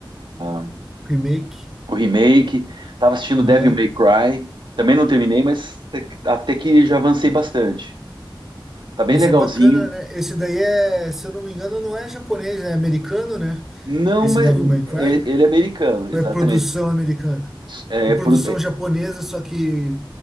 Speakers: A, on the right; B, in the centre.
A: a-
B: Remake.
A: o remake, tava assistindo
B: Aham.
A: Devil May Cry. Também não terminei, mas te- até que já avancei bastante. Tá bem
B: Esse
A: legalzinho.
B: é bacana, né? Esse daí é, se eu não me engano, não é japonês, é americano, né?
A: Não,
B: Esse
A: mas
B: Devil May Cry.
A: é- ele é americano,
B: Ou
A: exatamente.
B: é produção americana?
A: É,
B: Ou produção
A: pro- é-
B: japonesa, só que...